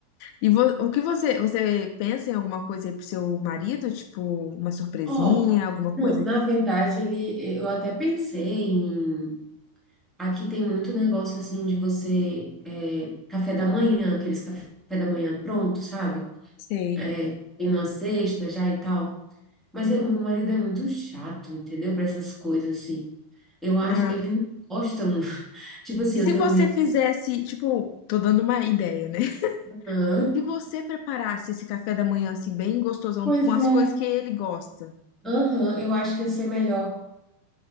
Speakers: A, on the left; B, in the centre.
A: E vo- o que você, você pensa em alguma coisa aí pro seu marido? Tipo, uma surpresinha,
B: Ó,
A: alguma
B: não,
A: coisa?
B: na verdade, ele, eu até pensei em. Aqui tem muito negócio assim de você. é, café da manhã, aqueles café da manhã pronto, sabe?
A: Sei.
B: É, tem uma cesta já e tal. Mas eu- meu marido é muito chato, entendeu? Para essas coisas assim. Eu acho.
A: Ah,
B: Ele não gosta muito. <laughs> Tipo assim,
A: E
B: eu
A: se
B: tenho
A: você
B: medo.
A: fizesse, tipo, tô dando uma ideia, né? <laughs>
B: Aham.
A: Se você preparasse esse café da manhã, assim, bem gostosão,
B: Pois
A: com as
B: é.
A: coisas que ele gosta.
B: Aham, eu acho que ia ser melhor.